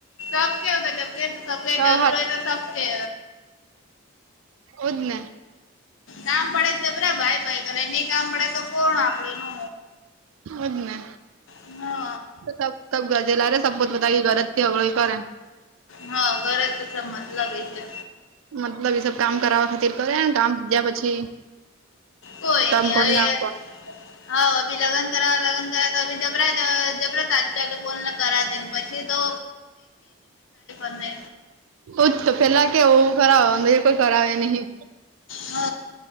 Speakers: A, on the left; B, on the right.
A: સબ
B: સા
A: કે જરૂર હોય તો સબ કે
B: એજને.
A: કામ પડે <unintelligible> ભાઈ કરે નઈ કામ પડે તો કોણ આપણે
B: એજને.
A: હમ્મ.
B: તો સબ ગરજેલા રે સબ બતા કે ગરજથી હગળ કરે.
A: હા, ઘરેજ સબ મતલબ એ છે
B: મતલબ એ સબ કામ કરાવવા <unintelligible> કરેને કામ જ્યા પછી
A: કોઈ
B: તમ
A: નહીં
B: કોના
A: હવે હા અભી લગન કરા જબરા-જબરા <unintelligible> બો કરાને પછી તો <unintelligible> <unintelligible> ને
B: હજ તો પેલા કેવું કરાવવા કોઈ કરાવે નહિ.
A: હ